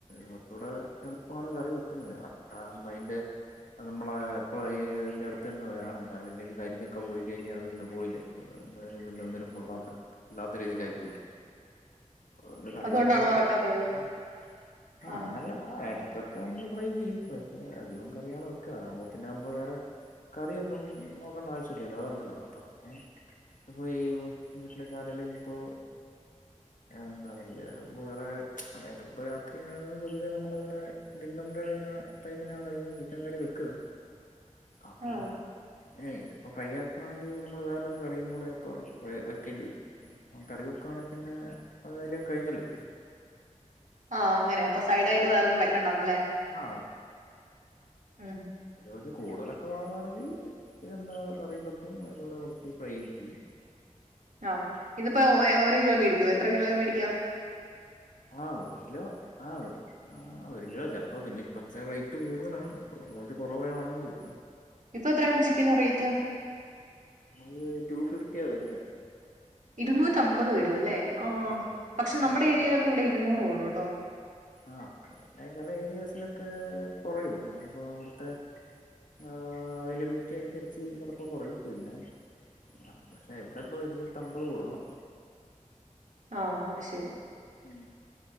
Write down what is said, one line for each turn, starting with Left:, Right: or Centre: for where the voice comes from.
Left: കുറച്ചുകൂടെ എളുപ്പണ് കറി വെക്കുന്നത് അതാവുമ്പോ അയിന്റെ നമ്മൾ അപ്പോൾ ഈ അയിൻ്റെ അടുത്ത് തന്നെ വേണം കാരണം ഇല്ലെങ്കിൽ കരിഞ്ഞൊക്കെ പോയിക്കഴിഞ്ഞാൽ അത് പിന്നെ പോയില്ലേ അത് എന്തായാലും പിന്നെ ഒന്നിനും കൊള്ളാൻ പറ്റ കൊള്ളത്ത രീതിക്കയി പോവില്ലി അപ്പം കറി
Right: അതുകൊണ്ടാണോ
Left: വെക്കാ <unintelligible>
Right: വറക്കാത്തത്
Left: ആഹ്
Right: ആഹാ
Left: അങ്ങനല്ല ആഹ് ഇടയ്ക്കൊക്കെ നമ്മള് ഫ്രൈ ചെയ്യും പക്ഷെ അധികം കറിയാണ് വെക്കുക അതാവുമ്പോ പിന്നെ നമ്മൾ വേറെ കറിയൊന്നും നോക്കണ്ട ആവശ്യവില്ലല്ലോ അതുണ്ടല്ലോ അപ്പോ പിന്നെ അപ്പൊ ഈ വീട്ടിലെക്കെ ആരേലു ഇപ്പോ എന്താ പറയ ഇപ്പോൾ വേറെ അതായത് ഇപ്പോൾ രാത്രിയാണ് പൊതുവെ നമ്മളിവിടെ ഡിന്നറിൻ്റെ ഇതിനെ ഈ ടൈമിലാണ് അധികം ചിക്കൻ കറി വെക്കുക അപ്പോ
Right: ആ
Left: ഏഹ് ഇത് ഇപ്പോ ഫ്രൈ ആക്കുവാണെങ്കിൽ നമ്മൾ വേറൊരു കറിയും കൂടെ അപ്പൊ വെ വെക്കേണ്ടി വരും കറി വെക്കുവണെ പിന്നെ അതേതയാലും കഴിഞ്ഞല്ലോ
Right: ആഹ് അങ്ങനെ അപ്പൊ സൈഡ് ആയിട്ട് വേറൊന്നും വെക്കണ്ടന്നല്ലേ
Left: ആ
Right: ഉം
Left: ഇനി കുറച്ച് കൂടുതലൊക്കെ വാങ്ങുവാണേങ്കിൾ എന്താ കറിയും വെക്കും അതിലൂടെ കുറച്ച് ഫ്രൈയും ചെയ്യും
Right: ആഹ് ഇതിപ്പോ ഓരോ കിലോ മേടിക്കുവോ എത്ര കിലോയ മേടിക്കുവാ
Left: ആഹ് ഒരു കിലോ ആഹ് ഒരു ആഹ് ആഹ് ഒരു കിലോ ചിലപ്പോൾ പിന്നെ ഇപ്പോഴത്തെ റേറ്റ് കൂടുതലാണ് ഇപ്പോൾ കുറച്ച് കുറവേ വാങ്ങുള്ളൂ
Right: ഇപ്പൊ എത്രയാണ് ചിക്കൻ റേറ്റ്
Left: നമുക്ക് ടു ഫിഫ്റ്റിയാ വരുന്നെ
Right: ഇരുനുറ്റിഅമ്പത് വരും അല്ലേ ആഹ്
Left: ആ പിന്നെ
Right: പക്ഷെ നമ്മുടെ
Left: ചെ
Right: ഏരിയയിലൊക്കെ ഇവിടെ ഇരുന്നൂറേ ഉള്ളൂ കേട്ടോ
Left: ആഹ് അത് പിന്നെ ചില ഏരിയാസിലൊക്കെ കുറയും നിങ്ങളിപ്പോ അവിടുത്തെ ഏഹ് അവൈലബിലിറ്റി അനുസരിച്ച് ചിലപ്പോ കുറയും പിന്നെ. നമുക്ക് പക്ഷെ ഇവിടെ ഇപ്പം ഇരുന്നൂറ്റി അമ്പത് കൊടുക്കണം
Right: ആഹ് അത്ശരി
Left: ഉം.